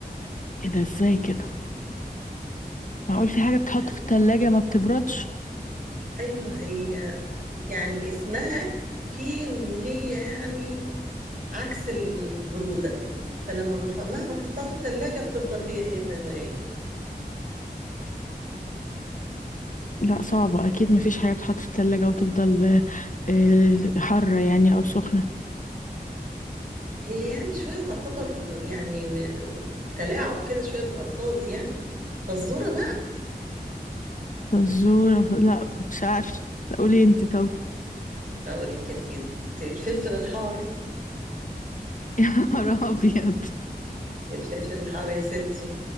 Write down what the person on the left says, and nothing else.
ايه ده ازاي كده معقول في حاجة بتحط
في التلاجة ما بتبردش
لا صعبة أكيد مفيش حاجة بتحط في التلاجة وتفضل آه، آه، حارة يعني أو سخنة
فزورة ف... لا مش عارفة قولي انت طب
<laughs> يا نهار أبيض